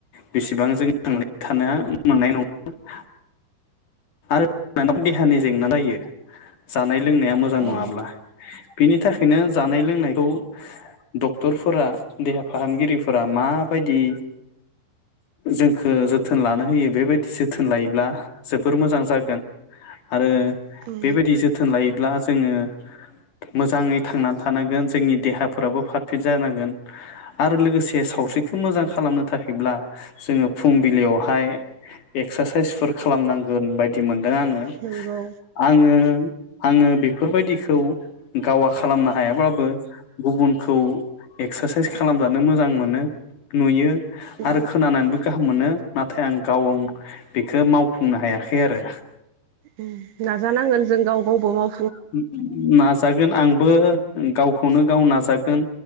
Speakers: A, on the left; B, on the right.
A: बेसेबां जों थांनानै थानो मोननाय नङा। आरो देहानि जेंना जायो जानाय लोंनाया मोजां
B: औ
A: नङाब्ला। बिनि थाखायनो जानाय लोंनायखौ डक्टरफोरा देहा फाहामगिरिफोरा माबायदि जोंखौ जोथोन लानो होयो बेबायदि जोथोन लायोब्ला जोब बोर मोजां जागोन। आरो
B: उम
A: बेबायदि जोथोन लायो ब्ला जोङो। मोजाङै थांनानै थानांगोन जोंनि देहाफोराबो पारफेक्ट जानांगोन आरो लोगोसे सावस्रिखौ मोजां खालामनो थाखायब्ला जोङो फुंबिलियावहाय एक्सारसाइसफोर खालामनां गोन बाय दि मोनदों आङो
B: नंगौ
A: आङो आङो बेफोरबायदिखौ गावा खालामनो हायाब्लाबो गुबुनखौ एक्सारसाइस खालामजानो मोजां मोनो नुयो।
B: उम
A: आरो खोनानानैबो गाह हाम मोनो नाथाय आं गावा बेखौ मावफुंनो हाया खै आरो
B: उम नाजानांगोन जों गाव गावबा बो माव
A: ओम नाजागोन। आंबो गावखौनो गाव नाजागोन